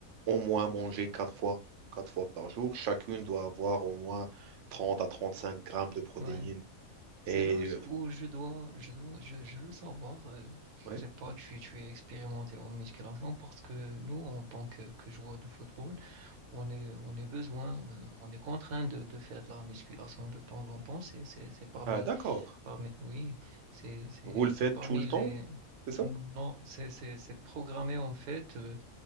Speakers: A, on the right; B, on the right.
A: au moins manger quatre fois, quatre fois par jour. Chacune doit avoir au moins 30 à 35 grammes de protéines.
B: ouais.
A: Et
B: C'est là
A: euh,
B: où je dois, je dois, je, je veux savoir, euh, je
A: ouais,
B: sais pas, tu, tu es expérimenté en musculation parce que nous, en tant que, que joueurs de football, on est, on est besoin, on, on est contraint de, de faire de la musculation de temps en temps. C'est, c'est, c'est parmi,
A: Ah, d'accord.
B: parmi, oui, c'est, c'est,
A: Vous le faites
B: c'est parmi
A: tout le temps,
B: les,
A: c'est ça?
B: non, c'est, c'est, c'est programmé en fait. euh,